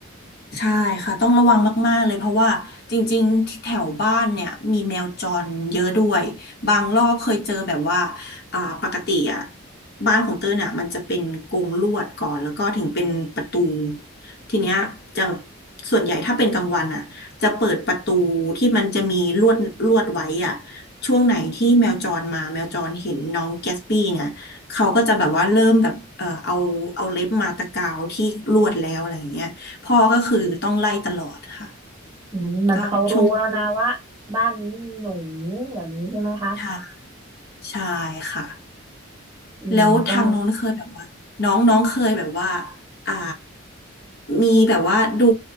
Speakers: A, on the left; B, on the right.
A: ใช่ค่ะต้องระวังมากๆเลยเพราะว่าจริงๆที่แถวบ้านเนี่ยมีแมวจรเยอะด้วยบางรอบเคยเจอแบบว่าอ่าปกติอ่ะบ้านของเต้ยเนี่ยมันจะเป็นกรงลวดก่อนแล้วก็ถึงเป็นประตูทีเนี้ยจะส่วนใหญ่ถ้าเป็นกลางวันอ่ะจะเปิดประตูที่มันจะมีลวดลวดไว้อ่ะช่วงไหนที่แมวจรมาแมวจรเห็นน้องแกสปี้เนี่ยเขาก็จะแบบว่าเริ่มแบบเออเอาเอาเล็บมาตะกาวที่ลวดแล้วอะไรอย่างเงี้ย พ่อก็คือต้องไล่ตลอดค่ะ
B: อืมมันเขารู้แล้วนะว่าบ้านนี้มีหนู
A: อืมก็ช่วง
B: แบบนี้ใช่ไหมคะ
A: ชาชายค่ะ
B: อืมก็
A: แล้วทางโน้นเคยแบบว่าน้องน้องเคยแบบว่าอ่ามีแบบว่าดู